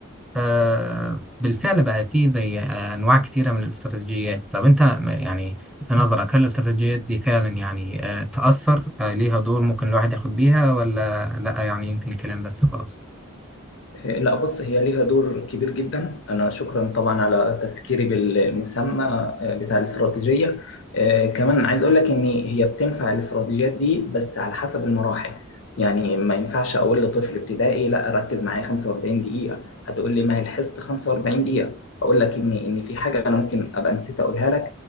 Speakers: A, in the centre; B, on the left (about 60°).
A: فبالفعل بقى في زي أنواع كتيرة من الاستراتيجيات طب أنت م- يعني في نظرك هل الاستراتيجيات دي فعلا يعني آه، تأثر آه، ليها دور ممكن الواحد ياخد بيها ولا لأ يعني يمكن كلام بس خلاص
B: آه، لا بص هي ليها دور كبير جدا أنا شكرا طبعا على تذكيري بالمسمى آه، بتاع الاستراتيجية آه، كمان عايز أقول لك إن هي بتنفع الاستراتيجيات دي بس على حسب المراحل يعني ما ينفعش أقول لطفل ابتدائي لا ركز معايا 45 دقيقة هتقول لي ما هي الحصة 45 دقيقة هقول لك إن إن في حاجة أنا ممكن أبقى نسيت أقولها لك